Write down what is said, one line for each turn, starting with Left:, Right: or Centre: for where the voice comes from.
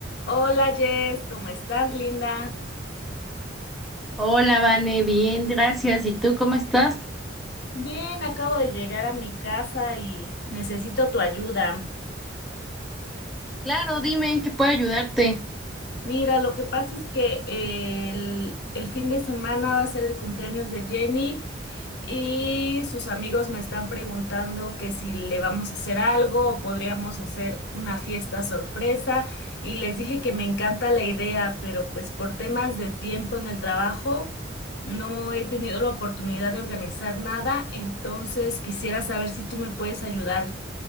Left: Hola Jess, ¿cómo estás, linda?
Centre: Hola, Vane, bien, gracias. ¿Y tú cómo estás?
Left: Bien, acabo de llegar a mi casa y necesito tu ayuda.
Centre: Claro, dime en qué puedo ayudarte.
Left: Mira, lo que pasa es que eh, el, el fin de semana va a ser el cumpleaños de Jenny y sus amigos me están preguntando que si le vamos a hacer algo o podríamos hacer una fiesta sorpresa y les dije que me encanta la idea, pero pues por temas de tiempo en el trabajo no he tenido la oportunidad de organizar nada, entonces quisiera saber si tú me puedes ayudar